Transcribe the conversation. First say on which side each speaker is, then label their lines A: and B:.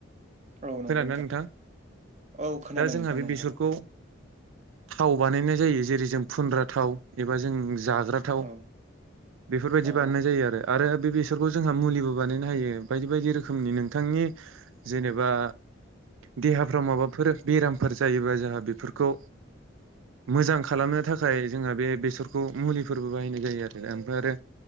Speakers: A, on the right; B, on the right.
A: औ नंगौ
B: खोनादोंना नोंथां
A: औ खोनादों
B: दा जोंहा
A: नोंथां
B: बे
A: नंगौ
B: बेसरखौ
A: नंगौ
B: थाव बानायनाय जायो जेरै जों फुनग्रा थाव एबा जों जाग्रा थाव।
A: औ
B: बेफोरबायदि
A: औ
B: बानायनाय जायो आरो आरो बे बेसरखौ जोंहा मुलिबो बानायनो हायो बायदि-बायदि रोखोमनि नोंथांनि जेनेबा देहाफ्राव माबाफोर बेरामफोर जायोबा जोंहा बेफोरखौ मोजां खालामनो थाखाय जोंहा बे बेसरखौ मुलिफोरबो बानायनाय जायो आरो ओमफ्राय आरो